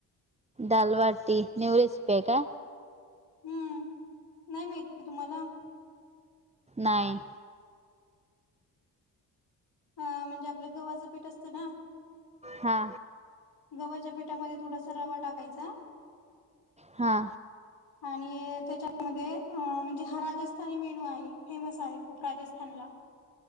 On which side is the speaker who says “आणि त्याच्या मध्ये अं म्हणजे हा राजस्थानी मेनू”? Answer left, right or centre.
Left